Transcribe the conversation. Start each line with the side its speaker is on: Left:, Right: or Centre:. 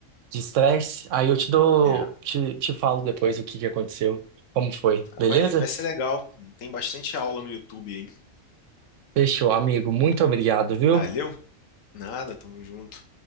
Right: de estresse, aí eu te dou,
Left: É,
Right: te, te falo depois o que que aconteceu, como foi, beleza?
Left: vai, vai ser legal. Tem bastante aula no YouTube, hein?
Right: Fechou, amigo, muito obrigado, viu?
Left: Valeu? Nada, tamo junto.